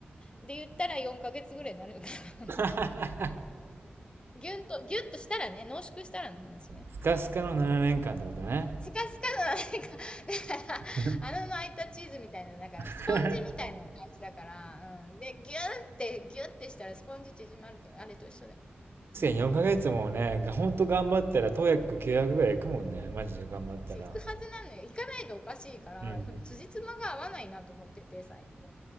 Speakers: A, on the left (about 25°); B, on the right (about 70°).
A: で言ったら4ヶ月ぐらいになるから、
B: <laughs>
A: あの、ギュンと、ギュッとしたらね、濃縮したらの話ね。
B: スカスカの7年間ってことね。
A: スカスカの、なんか、だから、
B: <laughs>
A: 穴の開いたチーズみたいな、だから、
B: 確かに
A: スポンジみたいな感じだから、うん。で、ギューって、ギューってしたらスポンジ縮まると、あれと一緒だよ。うん。
B: 4ヶ月もね、がほんと頑張ったら、トヤック900ぐらいいくもんね。マジで頑張ったら。
A: そう行くはずなのよ。行かないとおかしいから、
B: うんうん。
A: その辻褄が合わないなと思ってて、最近。